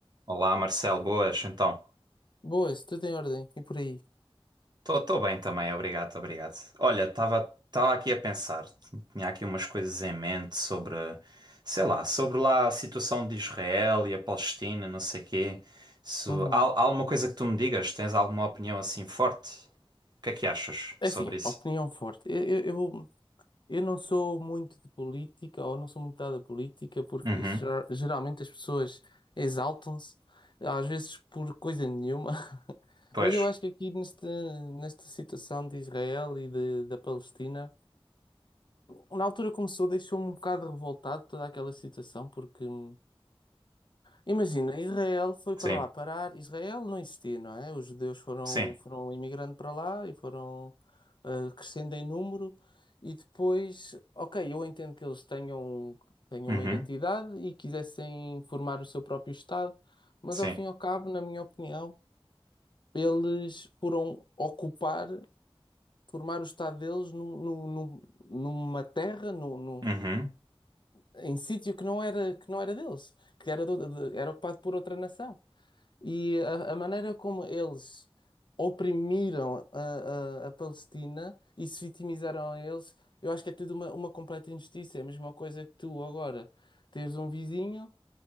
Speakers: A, on the right; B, on the left.
A: Olá, Marcelo, boas, então.
B: Boa, Boas, tudo em ordem e por aí.
A: Estou bem também, obrigado, obrigado. Olha, estava tava tava aqui a pensar, tinha aqui umas coisas em mente sobre, sei lá, sobre lá a situação de Israel e a Palestina, não sei quê. Se,
B: Uhum.
A: há, há alguma coisa que tu me digas? Tens alguma opinião assim forte? O que é que achas
B: É
A: sobre
B: assim,
A: isso?
B: opinião forte. Eu, eu, eu eu não sou muito de política ou não sou muito dada a política porque
A: Uhum,
B: isso ger- geralmente as pessoas exaltam-se, às vezes por coisa nenhuma. <laughs>
A: pois,
B: Mas eu acho que aqui nesta, nesta situação de Israel e de, da Palestina, na altura começou, deixou-me um bocado revoltado toda aquela situação porque hum, Imagina, Israel foi
A: sim,
B: para lá parar. Israel não existia, não é? Os judeus foram,
A: sim,
B: foram imigrando para lá e foram ah, crescendo em número. E depois, ok, eu entendo que eles tenham, tenham
A: uhum,
B: uma identidade e quisessem formar o seu próprio Estado, mas
A: sim,
B: ao fim e ao cabo, na minha opinião, eles foram ocupar, formar o Estado deles no, no- no- numa terra, no, no-
A: uhum,
B: em sítio que não era, que não era deles, que era, do- de- era ocupado por outra nação. E a, a maneira como eles oprimiram a, a, a Palestina e se vitimizaram a eles, eu acho que é tudo uma, uma completa injustiça. É a mesma coisa que tu agora teres um vizinho